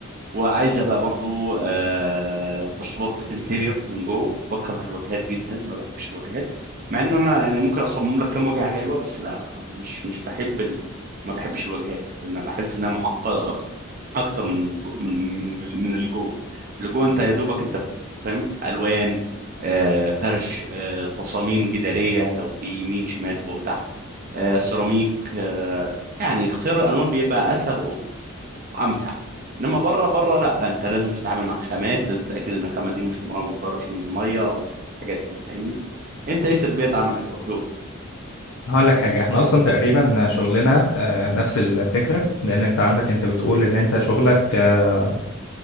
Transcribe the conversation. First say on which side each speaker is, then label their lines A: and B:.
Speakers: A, on the right; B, on the left.
A: وعايز أبقى برضو آه تشطيبات انتيريور من جوه بكره الواجهات جدا ما بحبش الواجهات مع إن أنا يعني ممكن أصمم لك كام واجهة حلوة بس لا لا لا، مش مش بحب ال... ما بحبش الواجهات لأن بحس إنها معقدة اكتر من جو- من من من اللي جوه اللي جوه انت يا دوبك انت بت- فاهم الوان آه، فرش آه، تصاميم جداريه لو في يمين شمال فوق تحت آه، سيراميك آه، يعني اختيار الالوان بيبقى اسهل و- وامتع انما بره بره لا انت لازم تتعامل مع خامات لازم تتاكد ان الخامه دي مش عمرها ما تضرش من الميه او الحاجات دي فاهمني انت ايه سلبيات عملك او شغلك
B: هقول لك حاجة احنا اصلا تقريبا شغلنا آه، نفس الفكرة لان انت عندك انت بتقول ان انت شغلك آه،